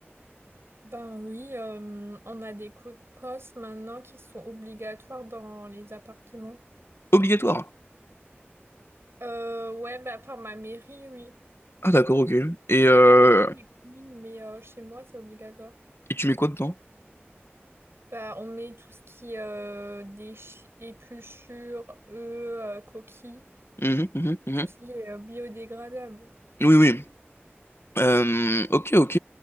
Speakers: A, on the right (about 65°); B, on the left (about 65°).
A: Ben oui, euh, on a des coups de poste maintenant qui sont obligatoires dans les appartements.
B: Obligatoire.
A: Euh, ouais, bah, par ma mairie, oui.
B: Ah d'accord, ok. Et, euh,
A: Ça dépend des communes, mais euh, chez moi, c'est obligatoire.
B: et tu mets quoi dedans?
A: Bah, on met tout ce qui est euh, déch- épluchures, œufs, euh, coquilles,
B: Mhm, mhm, mhm.
A: tout ce qui est euh, biodégradable.
B: Oui, oui. Euh, ok, ok.